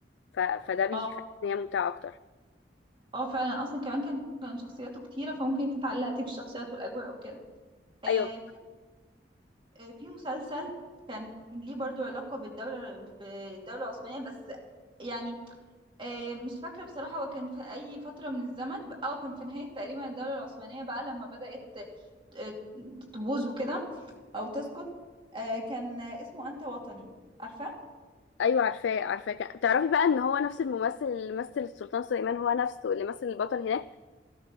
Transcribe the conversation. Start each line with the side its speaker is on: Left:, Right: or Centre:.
Left: ف... فده بيخلي
Right: اه
Left: إن هي ممتعة أكتر
Right: اه فعلا اصلا كمان كان كان شخصياته كتيره فممكن انت اتعلقتي بالشخصيات والاجواء وكده آه
Left: أيوة
Right: في آه، في مسلسل كان ليه برضو علاقة بالدولة بالدولة العثمانية بس يعني آه، مش فاكرة بصراحة هو كان في أي فترة من الزمن أو كان في نهاية تقريبا الدولة العثمانية بقى لما بدأت آه، تبوظ وكده أو تسقط آه، كان آه، اسمه أنت وطني عارفة؟
Left: ايوه عارفاه عارفاه كان- تعرفي بقى ان هو نفس الممثل اللي مثل السلطان سليمان هو نفسه اللي مثل البطل هناك